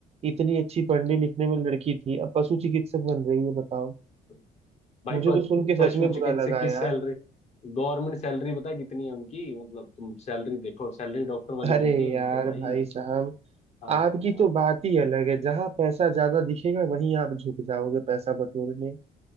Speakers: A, on the right; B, on the left.
A: इतनी अच्छी पढ़ने लिखने में लड़की थी अब पशु चिकित्सक बन रही है बताओ
B: <laughs> भाई
A: मुझे
B: प-
A: तो सुन के सच
B: पशु
A: में बुरा
B: चिकित्सक
A: लगा
B: की
A: यार
B: सैलरी गवर्नमेंट सैलरी पता है कितनी है उनकी मतलब तुम सैलरी देखो सैलरी डॉक्टर वाली
A: अरे
B: मिलती है
A: यार
B: उनको भाई
A: भाई साहब
B: हाँ
A: आपकी
B: हाँ हाँ।
A: तो बात ही अलग है जहां पैसा ज्यादा दिखेगा वहीं आप झुक जाओगे पैसा बटोरने